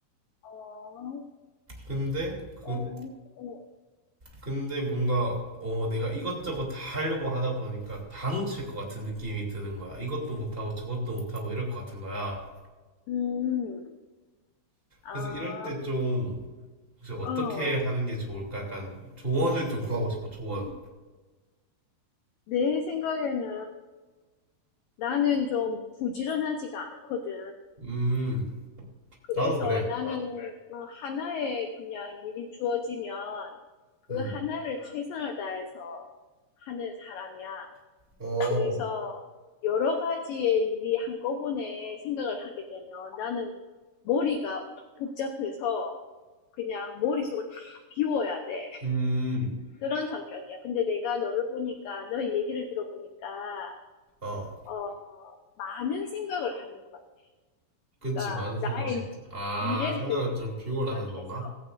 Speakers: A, on the left; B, on the right.
A: 어.
B: 근데 그
A: 어. 어.
B: 근데 뭔가 어 내가 이것저것 다 하려고 하다 보니까 다 놓칠 것 같은 느낌이 드는 거야. 이것도 못하고 저것도 못하고 이럴 것 같은 거야.
A: 음.
B: 그래서
A: 아.
B: 이럴 때 좀 혹시 어떻게
A: 어.
B: 하는 게 좋을까? 약간 조언을 좀 구하고 싶어. 조언.
A: 음. 내 생각에는 나는 좀 부지런하지가 않거든.
B: 음,
A: 그래서
B: 나도 그래.
A: 나는 어, 하나에 그냥 일이 주어지면 그
B: 음,
A: 하나를 최선을 다해서 하는 사람이야.
B: 어,
A: 그래서 여러 가지의 일이 한꺼번에 생각을 하게 되면 나는 머리가 복잡해서 그냥 머릿속을 다 비워야 돼.
B: 음,
A: 그런 성격이야. 근데 내가 너를 보니까, 너의 얘기를 들어보니까,
B: 어.
A: 어, 많은 생각을 하는 것 같아.
B: 그치,
A: 그러니까
B: 많은
A: 나의
B: 생각을 하지. 아,
A: 미래를
B: 생각을 좀 비우라는
A: 생각해서
B: 건가?